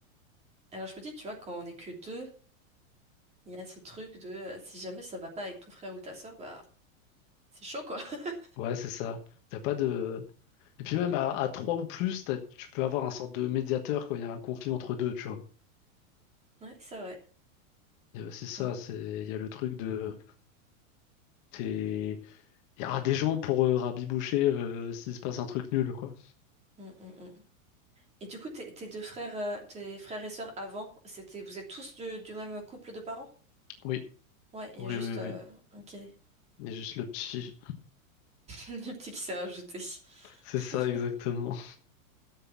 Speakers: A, on the right (about 15°); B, on the left (about 35°).
A: Alors je me dis, tu vois, quand on est que deux. Il y a ce truc de euh, si jamais ça va pas avec ton frère ou ta sœur, bah c'est chaud quoi. <laughs>
B: Ouais, c'est ça. T'as pas de... Et puis même à, à 3 ou plus, t'as- tu peux avoir un sorte de médiateur quand il y a un conflit entre deux, tu vois.
A: Ouais, c'est vrai.
B: Il y a aussi ça,
A: Ouais.
B: c'est, il y a le truc de... C'est... Il y aura des gens pour euh, rabiboucher euh, s'il se passe un truc nul, quoi.
A: Mm, mm, mm. Et du coup, tes tes deux frères, euh, tes frères et sœurs avant, c'était vous êtes tous du, du même couple de parents?
B: Oui,
A: Ouais, il
B: oui,
A: y a juste
B: oui, oui.
A: euh, ok, <laughs>
B: Il y a juste le petit.
A: le petit qui s'est rajouté.
B: <laughs> C'est ça,
A: <laughs>
B: exactement.